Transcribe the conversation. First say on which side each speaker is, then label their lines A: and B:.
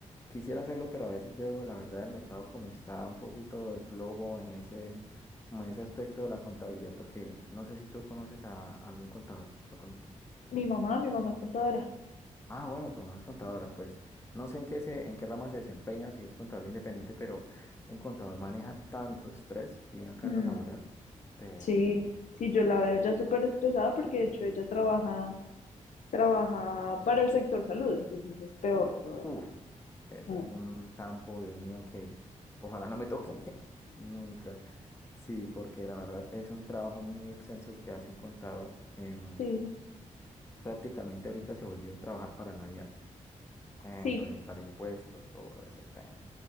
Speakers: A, on the left; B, on the left.
A: quisiera hacerlo, pero a veces veo la verdad del mercado como está un poquito de flojo en ese, como en ese aspecto de la contabilidad, porque no sé si tú conoces a algún contador. ¿Lo conoces?
B: Mi mamá, mi mamá es contadora.
A: Ah, bueno, tu mamá es contadora, pues no sé en qué se, en qué rama se desempeña, si es contador independiente, pero un contador maneja tanto estrés y una carga
B: Mm,
A: laboral terrible.
B: sí, sí, yo la veo ya súper estresada porque de hecho ella trabaja, trabaja para el sector salud, entonces es peor todavía.
A: ¡Uf! Eso
B: Mm,
A: es un campo, Dios mío, que ojalá no me toque <laughs> nunca. Sí, porque la verdad es un trabajo muy extenso el que hace un contador. Em,
B: sí,
A: prácticamente ahorita se volvió a trabajar para la DIAN, eh,
B: sí.
A: presentar impuestos, todo ese tema.